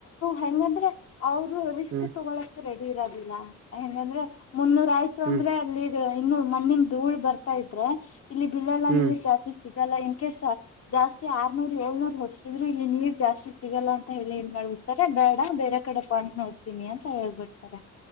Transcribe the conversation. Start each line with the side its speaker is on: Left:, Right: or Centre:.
Left: ಹೆಂಗಂದ್ರೆ ಅವರು ರಿಸ್ಕ್
Right: ಹ್ಮ್
Left: ತಗೊಳಕ ರೆಡಿ ಇರದಿಲ್ಲ ಹೆಂಗಂದ್ರೆ. ಮುನ್ನೂರ ಆಯ್ತು
Right: ಹ್ಮ್
Left: ಅಂದ್ರೆ ಅಲ್ಲಿದು ಇನ್ನು ಮಣ್ಣಿನ್ ಧೂಳ್ ಬರ್ತಾ ಇದ್ರೆ. ಇಲ್ಲಿ ಬಿಳಲ್ಲ
Right: ಹ್ಮ್
Left: ನೀರ್ ಜಾಸ್ತಿ ಸಿಗಲ್ಲ ಇನ್ ಕೇಸ್ ಜಾಸ್ತಿ ಆರ್ನೂರ್ ಏಳ್ನೂರ್ ಹೊಡ್ಸ ದ್ರು ಇಲ್ಲಿ ನೀರ್ ಜಾಸ್ತಿ ಸಿಗಲ್ಲ ಅಂತ ಹೇಳಿ ಏನ್ ಮಾಡ್ಬಿಡ್ತಾರೆ ಬೇಡ ಬೇರೆ ಕಡೆ ಪಾಯಿಂಟ್ ನೋಡ್ತೀನಿ ಅಂತ ಹೇಳ್ಬಿ ತರೆ